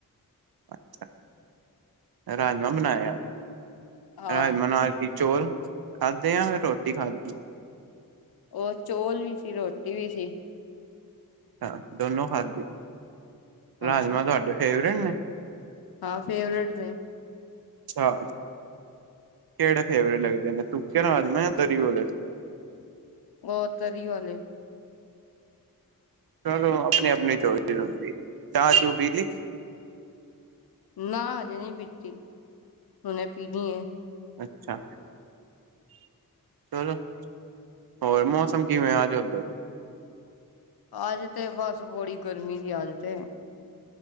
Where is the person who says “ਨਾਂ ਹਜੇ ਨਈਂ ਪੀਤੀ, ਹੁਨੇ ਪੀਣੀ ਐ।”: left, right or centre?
Left